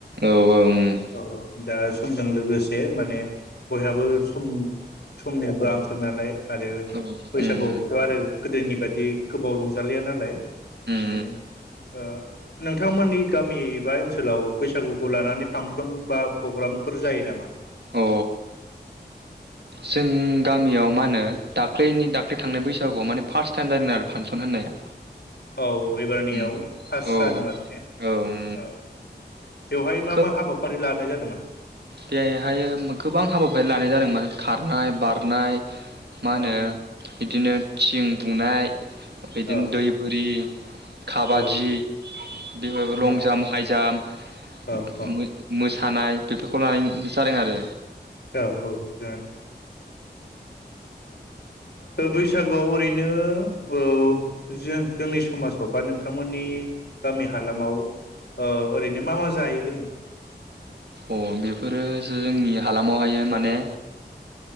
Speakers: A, on the right (about 70°); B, on the left (about 70°).
A: औ ओं
B: औ औ दा सम जों लोगोसे माने बयहाबो सम समनिबो आंखाल नालाय आरो
A: ओ औ
B: बैसागुआवबोथ
A: उम
B: आरो गोदोनि दि गोबाव रंजालिया नालाय।
A: उम
B: बेनो ओ नोंथांमोननि गामि बा ओनसोलाव बैसागुखौ लानानै फांसन बा प्रग्रामफोर जायो नामा?
A: अ जों गामियाव मा होनो दाख्लैनि दाख्लै थांनाय बैसागुआव माने फार्स्ट टाइम जादों आरो फांसन होननाया।
B: औ एबारनियाव
A: उम
B: पास
A: औ
B: जादों आरो ने
A: औ उम
B: ओ बेवहाय मा
A: खोब
B: मा हाबाफारि लानाय जादोंमोन?
A: बेहायो गोबां हाबाफारि लानाय जादोंमोन खारनाय बारनाय मा
B: औ
A: होनो बिदिनो थिं बुनाय बिदिनो
B: औ
A: दै बोरि काबादि
B: औ
A: बेफोर
B: औ
A: लं जाम्प हाइजाम्प
B: औ
A: म
B: औ
A: मो मोसा थानाय। बेफोरखौ लानायनैनो जादों आरो।
B: औऔ थिगानो ओ बैसागुआव ओरैनो औ जो जोंनि समाजाव बा नोंथांमोननि गामि हालामाव ओ ओरैनो मा मा जायो लोङो?
A: अ बेफोरो जोंनि हालामावहायो माने